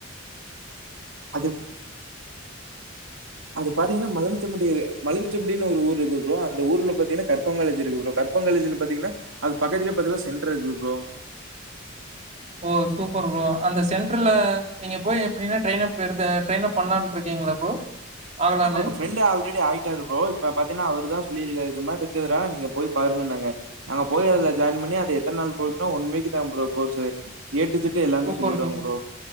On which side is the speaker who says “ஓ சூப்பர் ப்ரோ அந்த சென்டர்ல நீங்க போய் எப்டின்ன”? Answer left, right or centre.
Right